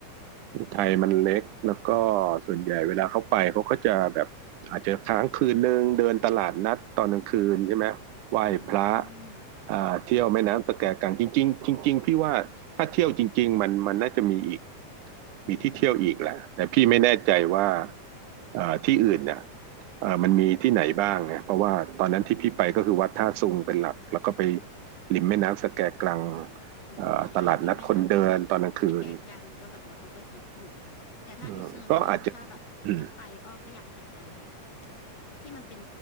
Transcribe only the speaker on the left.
อืม
อื
ม
อืมใช่ริมแม่น้ำสแกกันก็แบบว่าเขาก็ฮิตอยู่
แต่ถ้าพิษณุโลกถ้าแบบถ้าไปอ้อก็อยากจะไปแบบ
ที่มันเป็น